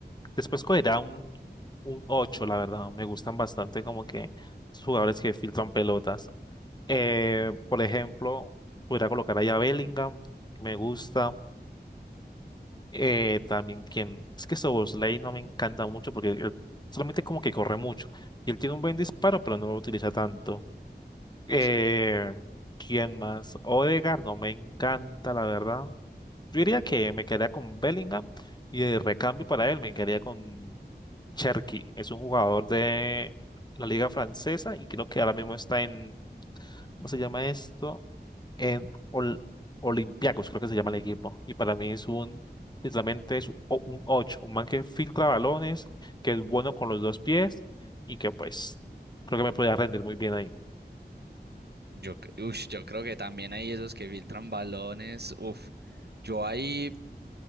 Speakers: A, on the left; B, on the right.
A: después escogería un, un 8, la verdad. Me gustan bastante como que los jugadores que filtran pelotas. Eh, por ejemplo, podría colocar ahí a Bellingham, que me gusta. Eh, también quien, es que Soboslay no me encanta mucho porque él solamente como que corre mucho. Y él tiene un buen disparo, pero no lo utiliza tanto. Eh,
B: Sí,
A: ¿quién más? Odegaard no me encanta, la verdad. Yo diría que me quedaría con Bellingham y de recambio para él me quedaría con Cherki. Es un jugador de la liga francesa y creo que ahora mismo está en ¿cómo se llama esto? En Ol- Olympiacos, creo que se llama el equipo. Y para mí es un, literalmente es un o- un 8, un man que filtra balones, que es bueno con los dos pies y que pues creo que me podría rendir muy bien ahí.
B: yo, cre- ush, yo creo que también hay esos que filtran balones. Uf, yo ahí.